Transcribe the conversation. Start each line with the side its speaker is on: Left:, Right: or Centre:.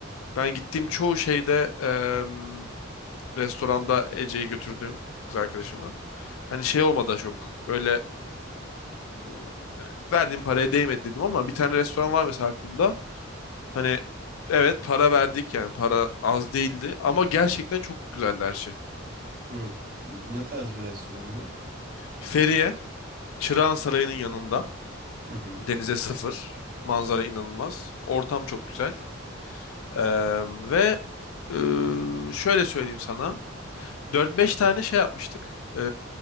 Left: ben gittiğim çoğu şeyde em, restoranda Ece'yi götürdüğüm kız arkadaşıma. Hani şey olmadı da çok böyle ım, hani verdiğim paraya değmedi dedim ama bir tane restoran var mesela aklımda. Hani evet para verdik yani para az değildi ama gerçekten çok güzeldi her şey.
Right: Hı. Ne tarz bir restorandı?
Left: Feriye, Çırağan Sarayı'nın yanında.
Right: Hı hı.
Left: Denize sıfır. Manzara inanılmaz. Ortam çok güzel. Eee, ve eee, şöyle söyleyeyim sana. dört beş tane şey yapmıştık. Eee,